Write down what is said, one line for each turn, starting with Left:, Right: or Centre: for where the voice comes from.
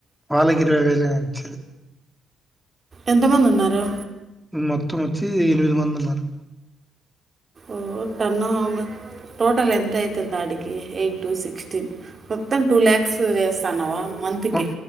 Centre: వాళ్ళకి ఇరవై వేలే అండి
Right: ఎంతమంది ఉన్నారు
Centre: మొత్తం వచ్చి ఎనిమిది మంది ఉన్నారు
Right: ఓ కనా వ <inaudible> టోటల్ ఎంత అవుతుంది ఆడికి ఎయిట్ టు సిక్స్టీన్ మొత్తం టూ ల్యాక్స్ చేస్తున్నావా మంత్కి
Centre: హ్మ్.